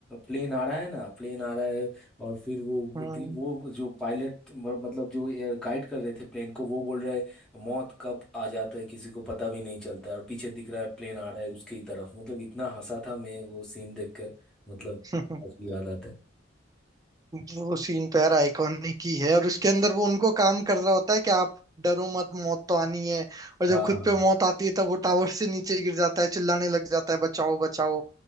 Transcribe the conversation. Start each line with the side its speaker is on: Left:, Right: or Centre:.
Centre: प्लेन आ रहा है ना प्लेन आ रहा है और फिर वो
Right: हम्म
Centre: वो दी- वो जो पायलट मतलब जो गाइड कर रहे थे प्लेन को वो बोल रहा है मौत कब आ जाता है किसी को पता भी नहीं चलता है", और पीछे दिख रहा है प्लेन आ रहा है उसकी तरफ मतलब इतना हंसा था मैं वो सीन देखकर मतलब
Right: <laughs>
Centre: आज भी याद आता है
Right: वो सीन पैर आइकॉनिक ही है और उसके अंदर वो उनको काम कर रहा होता है कि आप डरो मत मौत तो आनी है और जब
Centre: हाँ
Right: खुद
Centre: हाँ।
Right: पे मौत आती है तब वो टावर से नीचे गिर जाता है चिल्लाने लग जाता है बचाओ बचाओ